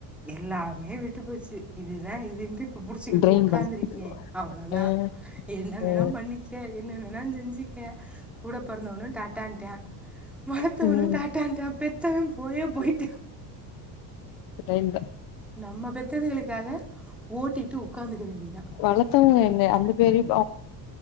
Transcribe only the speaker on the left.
ட்ரைன்
பண்ணு
ஆ
ம்
ம்
டைம்தா
வளத்தவங்க என்ன அந்த பேரியு